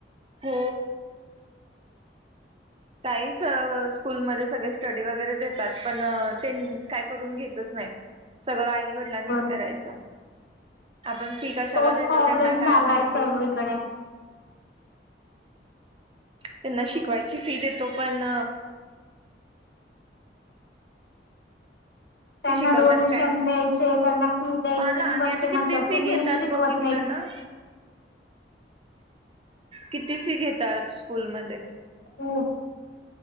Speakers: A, on the right; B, on the left.
A: हो काहीच स्कूलमध्ये सगळे स्टडी वगैरे देतात पण ते काय करून घेतच नाहीत सगळं आई वडिलांनीच
B: बर
A: करायचं आपण फी कशाला
B: तोच
A: देतो
B: प्रॉब्लेम
A: त्यांना काय
B: झालाय
A: माहिती
B: सर्वीकडे
A: त्यांना शिकवायची फी देतो पण
B: त्यांना
A: ते शिकवतात
B: डोनेशन
A: काय
B: द्यायचे त्यांना फी द्यायची
A: हा ना आणि
B: पर
A: आता
B: ते म्हणतात
A: किती फी
B: तुम्ही
A: घेतात
B: शिकवत
A: बघितलं
B: नाही
A: ना किती फी घेतात स्कूल म
B: होम